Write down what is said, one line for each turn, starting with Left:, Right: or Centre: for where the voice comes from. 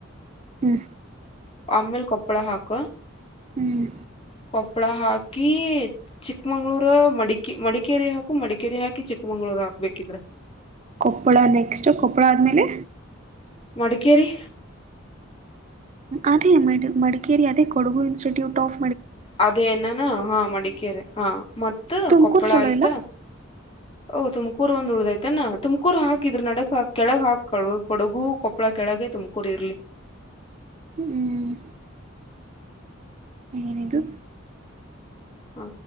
Right: ಹ್ಞೂ
Left: ಆಮೇಲೆ ಕೊಪ್ಪಳ ಹಾಕ
Right: ಹ್ಮ್
Left: ಕೊಪ್ಪಳ ಹಾಕ್ ಿ ಚಿಕ್ಮಂಗ್ಗಳೂರ ಮಡಿಕಿ ಮಡ ಮಡಿಕೇರೆ ಹಾಕು ಮಡಿಕೇರಿ ಹಾಕಿ ಚಿಕ್ಕಮಂಗಳರ್ ಹಾಕ್ಬೇಕಿದ್ರ
Right: ಕೊಪ್ಪಳ ನೆಕ್ಸ್ಟು ಕೊಪ್ಪಳ ಆದಮೇಲೆ
Left: ಮಡಿಕೇರಿ
Right: ಅದೇ ಮ ಮಡಿಕೇರಿ ಅದೇ ಕೊಡಗು ಇನ್ಸ್ಟಿಟ್ಯೂಟ್ ಫ್
Left: ಅದೇ ನಾನ ಹಾ ಮಡಿಕೇರೆ ಹಾ ಮತ್ತ
Right: ತುಮಕೂರು
Left: ಕೊಪ್ಪಳ
Right: ಚಲೋ
Left: ಆಯ್ತ
Right: ಇಲ್ಲ
Left: ಓಹ ತುಮಕೂರು ಒಂದ್ ಉಳ್ದಯತನಾ ತಮಕೂರು ಹಾಕಿದ್ರ್ ನಡಕ್ ಕೆಳಗ್ ಹಾಕಳು ಕೊಡಗು ಕೊಪ್ಪಳ ಕೆಳಗ ಹಾಗೆ ತುಮಕೂರಿ ಇರ್ಲಿ
Right: ಹ್ಮ್ ಏನಿದು
Left: ಹ